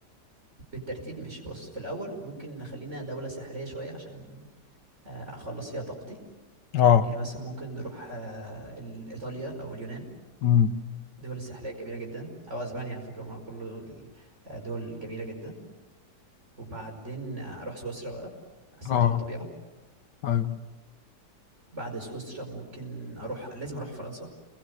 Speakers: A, on the right (about 40°); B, on the left (about 75°).
A: وبالترتيب ماشي بص في الاول ممكن نخلينا دوله ساحليه شويه عشان آه، اخلص فيها طاقتي
B: اه
A: يعني مثلا ممكن نروح آه، ال- ايطاليا او اليونان
B: امم
A: الدول الساحليه جميله جدا او اسبانيا على فكره هم كله دول آه، دول جميله جدا وبعدين آه، اروح سويسرا بقى استمتع
B: اه
A: بالطبيعه
B: ايوه
A: بعد سويسرا ممكن اروح لازم اروح فرنسا